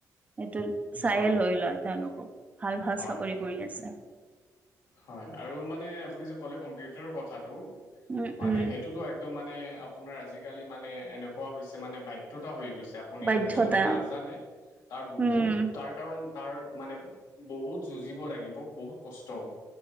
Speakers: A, on the right (about 25°); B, on the left (about 85°).
A: সেইটো চায়ে
B: হয়
A: লৈ লয় তেওঁলোকক। ভাল ভাল
B: হয়
A: চাকৰি কৰি লে আছে।
B: হয় আৰু মানে আপুনি যে ক'লে কম্পিউটাৰ' কথাটো
A: উম
B: মানে
A: উম
B: সেইটোতো এক <unintelligible> মানে আপোনাৰ আজিকালি মানে এনেকুৱা হৈছে মানে বাধ্যতা হৈ গৈছে আপ আপুনি
A: বাধ্যতা
B: মানে যোনে নাজানে তাৰ বহুত
A: উম
B: তাৰ কাৰণ তাৰ মানে বহুত যুঁজিব লাগিব বহুত কষ্ট হ'ব।